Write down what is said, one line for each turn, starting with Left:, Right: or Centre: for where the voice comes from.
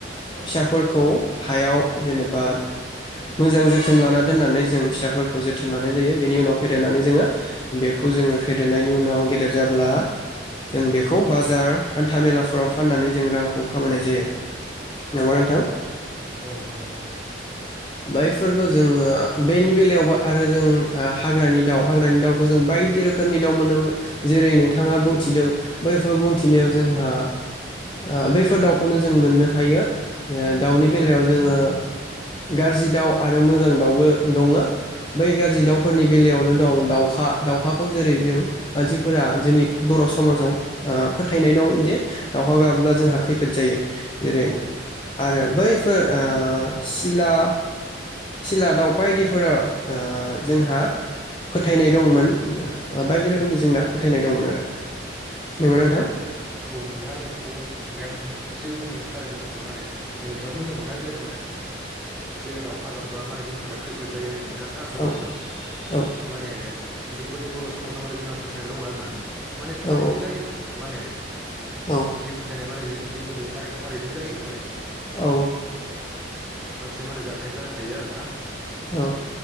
Left: फिसाफोरखौ हायाव जेनेबा मोजां जोथोन लाना दोननानै जों फिसाफोरखौ जोथोन लानाय जायो । बेनि उनाव फेदेरनानै जोङो बेखौ जोङो फेदेरनायनि उनाव गेदेर जाब्ला जों बेखौ बाजार हान्था मेलाफ्राव फाननानै जों रांखौ खामायनाय जायो। नंगौना नोंथां
Centre: औ औ नंगौ नोंथां औ।
Left: बैफोरखौ जोङो बेनि बेलायाव आरो जों हाग्रानि दाउ हाग्रानि दाउखौ जों बायदि रोखोमनि दाउ मोनो जेरै नोंथाङा बुंथिदों बैफोर मिथिनायाव
Centre: औ
Left: जोंहा ओ बैफोर दाउखौनो जों मोननो हायो ओ दाउनि बेलायाव जोङो गाज्रि दाउ आरो मोजां दाउबो दङो बै गाज्रि दाउफोरनि बेलायावनो दं दाउखा दाउखाखौ जेरै जों मानसिफोरा जोंनि बर' समाजाव ओ फोथायनाय दं दि दावखा गाबोब्ला जोंहा खैफोद जायो जेरै
Centre: औ
Left: आरो बैफोर ओ सिला सिला दाउ बायदिफोरा ओ जोंहा फोथायनाय दंमोन बायदि रोखोमनि जोंना फोथायनाय दंमोन आरो। नंगौना नोंथां
Centre: औ औ नोंथाङा नों बुंनाया जे बुंदों थारैनो बुंदों माने नोंथाङा बुंदोंमोना जेरै माने जेरै दाउखा गाबबा माने जोंफोरा खैफोद जायो होननाय नों नोंथाङा थारखौनो
Left: औ
Centre: बुंदों
Left: औ
Centre: माने जोंफोरनि बर' समाजाव माने जोंहा फोथायनाय दङ आरो ना माने थारैनो
Left: औ
Centre: माने
Left: औ
Centre: जि फोथायनाय मानेे जि जि बुंदों माने थारैनाय जायोबो माने।
Left: औ
Centre: मोनसे माने जा थाय जाखायो आरो ना।
Left: ओ